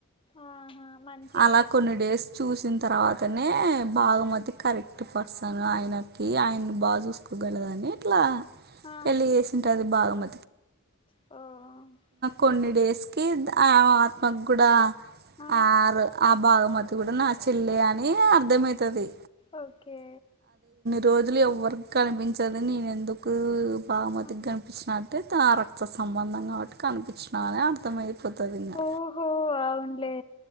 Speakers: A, on the left (about 25°); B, on the right (about 45°).
A: ఆహా మంచి
B: అలా కొన్ని డేస్ చూసి వచ్చిన తర్వాతనే బాగ మధ్య కరెక్ట్ పర్సన్ ఆయనకి ఆయన బాగా చూసుకోగలదు ఇట్లా
A: ఆ
B: పెళ్ళి చేసింట అది బాగ మ
A: ఓ ఇంగ,
B: కొన్ని డేస్కి ఆ ఆత్మకు కూడా
A: ఆ
B: ఆరు ఆ బాగమతి కూడా నా చెల్లె అని అర్ధమవుతుది
A: ఓకే
B: రోజులు ఎవ్వరిక కనిపించదుని నేను ఎందుకు బాగుమతిగా
A: ఆ,
B: కనిపించిన అంటే తన రక్త సంబంధం కాబట్టి కనిపించిన అని అర్థమయిపోతుంది ఇంకా
A: ఓహో అవునులే